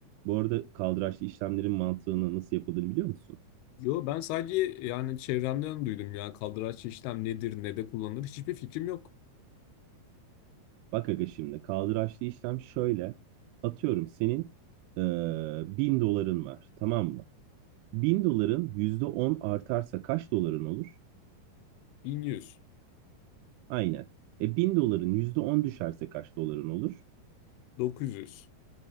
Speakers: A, on the right; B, on the left.
A: Bu arada kaldıraçlı işlemlerin mantığını nasıl yapıldığını biliyor musun?
B: Yo ben sadece yani çevremden duydum ya kaldıraç işlem nedir ne de kullanılır hiçbir fikrim yok.
A: Bak aga şimdi kaldıraçlı işlem şöyle. Atıyorum senin e, 1000 doların var tamam mı? 1000 doların %10 artarsa kaç doların olur?
B: 1100,
A: Aynen. E 1000 doların %10 düşerse kaç doların olur?
B: 900